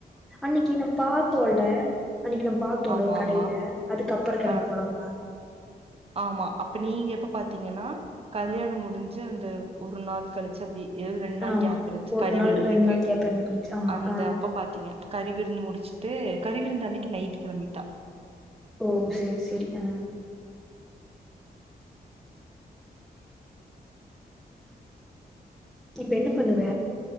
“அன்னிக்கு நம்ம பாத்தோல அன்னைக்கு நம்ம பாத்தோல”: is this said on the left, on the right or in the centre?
Centre